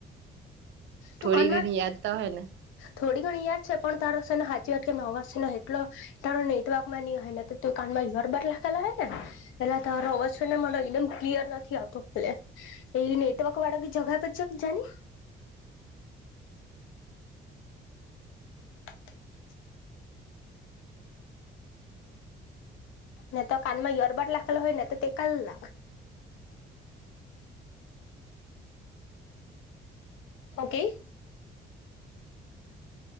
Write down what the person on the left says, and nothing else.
તું કાનમાં
થોડી ઘણી યાદ છે પણ તારો સેન હાચી કેમ ને અવાજ ન એટલો તારો નેટવર્કમાં નહી હે ન તો <unintelligible> લખેલા ને પેલા તારો અવાજ છે ન મ એકદમ ક્લિયર નથી આવતો લે એ નેટવર્ક વાડાગી જગપર છે જાની. <inaudible> ને તો કાનમાં ઇયરબટ લાખેલા હોય ને તો તે કલ લાક. હું કેય.